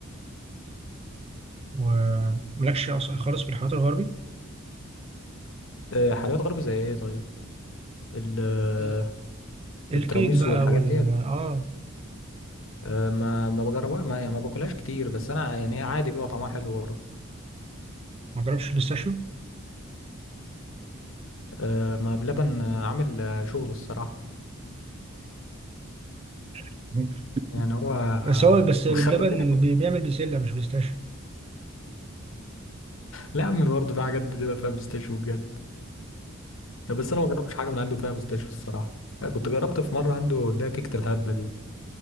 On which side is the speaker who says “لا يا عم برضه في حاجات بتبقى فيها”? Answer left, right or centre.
Left